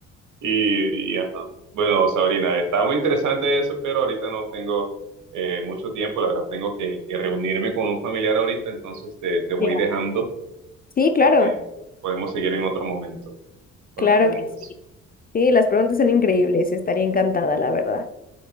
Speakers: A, on the right (about 50°); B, on the left (about 25°).
A: Y, y, ajá. Bueno, Sabrina, está muy interesante eso, pero ahorita no tengo eh, mucho tiempo. La verdad, tengo que, que reunirme con un familiar ahorita, entonces te, te voy
B: Ya.
A: dejando.
B: Sí, claro,
A: Así que podemos seguir en otro momento con
B: claro
A: las preguntas.
B: que sí. Sí, las preguntas son increíbles, estaría encantada, la verdad.